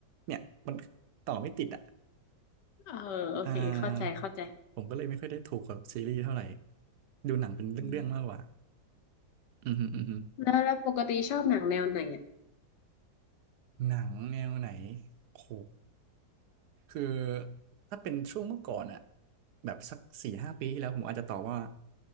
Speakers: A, on the right; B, on the left.
A: เนี่ยมันต่อไม่ติดอะ
B: เออโอเคเข้าใจเข้าใจ
A: อ่าผมก็เลยไม่ค่อยได้ถูกกับซีรีส์เท่าไหร่ดูหนังเป็นเรื่องๆมากกว่า
B: อืม
A: อืมฮึอืมฮึ
B: แล้วแล้วปกติชอบหนังแนวไหนอ่ะ
A: หนังแนวไหนโหคือถ้าเป็นช่วงเมื่อก่อนอะแบบสักสี่ห้าปีที่แล้วผมอาจจะตอบว่า